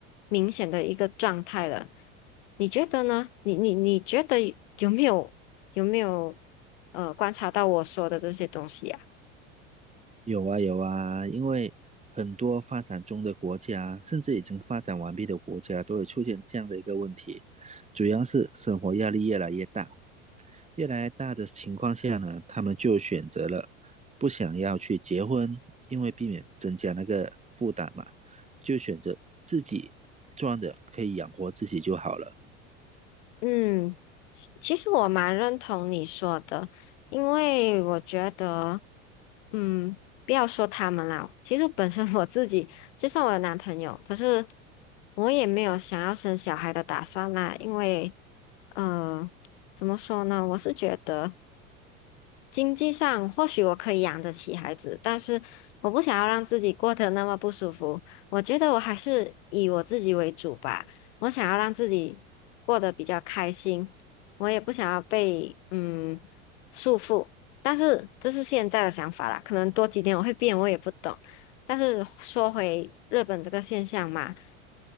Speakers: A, on the left; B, on the right.
A: 明显的一个状态了。你觉得呢？你你你觉得有没有有没有呃观察到我说的这些东西啊？
B: 有啊有啊，因为很多发展中的国家，甚至已经发展完毕的国家，都会出现这样的一个问题，主要是生活压力越来越大，越来越大的情况下呢，他们就选择了不想要去结婚，因为避免增加那个负担嘛，就选择自己赚的可以养活自己就好了。
A: 嗯，其其实我蛮认同你说的，因为我觉得，嗯，不要说他们啦，其实本身我自己，就算我有男朋友，可是我也没有想要生小孩的打算啦，因为，呃，怎么说呢？我是觉得。经济上或许我可以养得起孩子，但是我不想要让自己过得那么不舒服。我觉得我还是以我自己为主吧，我想要让自己过得比较开心，我也不想要被嗯束缚。但是这是现在的想法啦，可能多几年我会变，我也不懂。但是说回日本这个现象嘛，